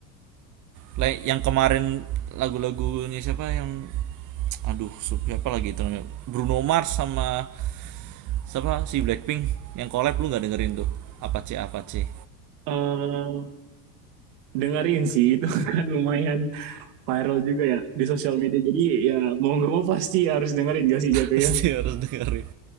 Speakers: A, on the right; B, on the right.
A: Like yang kemarin lagu-lagunya siapa yang aduh, siapa lagi itu namanya? Bruno Mars sama siapa si Blackpink yang collab lu nggak dengerin tuh? Apa C apa C?
B: eh dengerin sih itu <laughs> kan lumayan viral juga ya di sosial media. Jadi ya mau nggak mau pasti harus dengerin gak sih
A: <laughs>
B: jatuhnya.
A: Pasti harus dengerin.